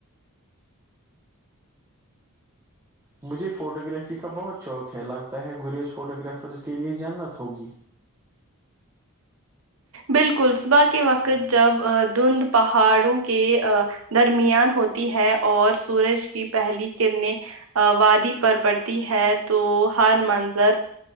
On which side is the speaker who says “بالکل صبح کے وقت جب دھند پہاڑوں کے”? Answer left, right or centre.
Right